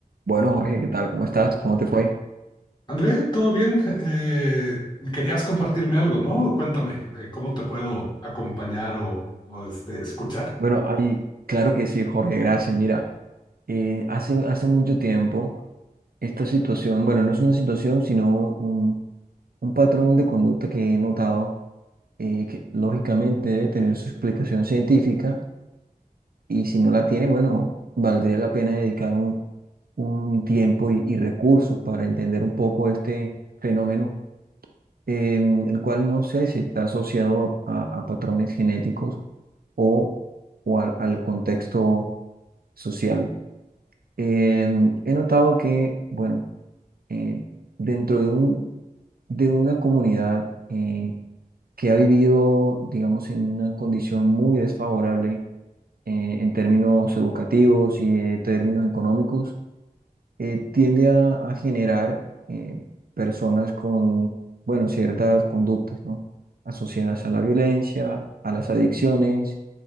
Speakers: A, on the right; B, on the left.
A: Bueno, Jorge, ¿qué tal? ¿Cómo estás? ¿Cómo te fue?
B: André, ¿todo bien? Eh, querías compartirme algo, ¿no? Cuéntame, eh, ¿cómo te puedo acompañar o, o, este, escuchar?
A: Bueno, ahí, claro que sí, Jorge, gracias. Mira, eh, hace, hace mucho tiempo esta situación, bueno, no es una situación, sino un, un patrón de conducta que he notado, eh, que lógicamente debe tener su explicación científica y si no la tiene, bueno, valdría la pena dedicar un, un tiempo y, y recursos para entender un poco este fenómeno, em, el cual no sé si está asociado a a- a patrones genéticos o, o al, al contexto social. Em, he notado que, bueno, eh, dentro de un, de una comunidad eh, que ha vivido, digamos, en una condición muy desfavorable eh, en términos educativos y en términos económicos, eh, tiende a, a generar eh, personas con, bueno, ciertas conductas, ¿no? Asociadas a la violencia, a las adicciones